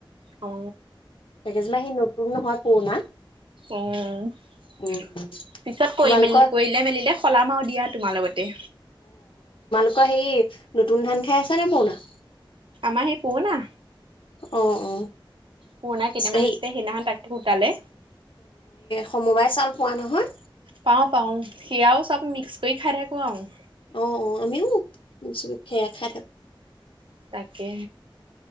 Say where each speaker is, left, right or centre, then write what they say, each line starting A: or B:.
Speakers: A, on the right; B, on the left.
A: অ
B: তাকে যে সি নতুন নহয়। পুৰণা
A: অ পিছত
B: উম
A: কৰি
B: তোমালোকৰ
A: মেল কৰিলে মেলিলে সলাম আৰু দিয়া তোমাৰ লগতে
B: আকৌ হেৰি নতুন ধান খাই আছা নে পুৰণা?
A: আমাৰ সেই পুৰণা
B: অ অ
A: পুৰণা কেইটামানছিলে
B: হেৰি
A: সেইদিনাখন তাকেই গোটালে
B: সমবাই চাউল পোৱা নহয়।
A: পাঁও পাওঁ সেয়াও চব মিক্স কৰি খাৰ থাকো আৰু
B: অ অ আমিও খে খাই থাকো
A: তাকে